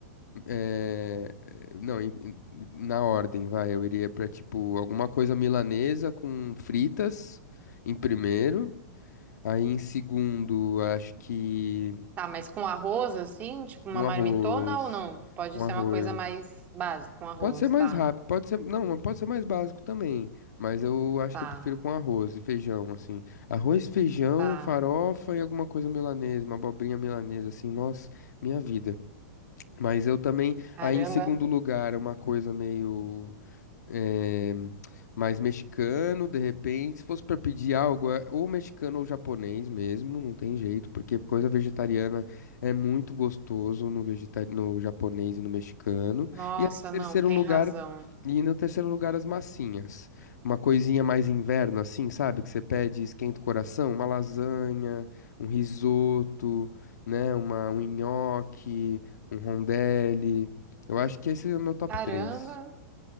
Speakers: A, on the left (about 80°); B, on the right (about 15°).
A: É, não, em- em- na ordem, vai. Eu iria pra, tipo, alguma coisa milanesa com fritas em primeiro. Aí em segundo, acho que
B: tá, mas com arroz, assim, tipo
A: com
B: uma marmitona
A: arroz.
B: ou não? Pode
A: Com
B: ser
A: arroz.
B: uma coisa mais básica, com arroz,
A: Pode ser mais
B: tá,
A: rápido, pode ser. Não, mas pode ser mais básico também. Mas eu acho
B: tá,
A: que eu prefiro com arroz e feijão, assim. Arroz, feijão,
B: tá.
A: farofa e alguma coisa milanesa, uma abobrinha milanesa, assim. Nossa, minha vida. Mas eu também.
B: Caramba.
A: Aí em segundo lugar, uma coisa meio. É, mas mexicano, de repente, se fosse para pedir algo, é ou mexicano ou japonês mesmo, não tem jeito, porque coisa vegetariana é muito gostoso no vegeta- no japonês e no mexicano.
B: Nossa,
A: E aí, em terceiro
B: não, tem
A: lugar,
B: razão.
A: e no terceiro lugar, as massinhas. Uma coisinha mais inverno, assim, sabe? Que você pede, e esquenta o coração, uma lasanha, um risoto, né? Uma, um nhoque, um rondelli. Eu acho que esse é o meu top
B: Caramba.
A: 3.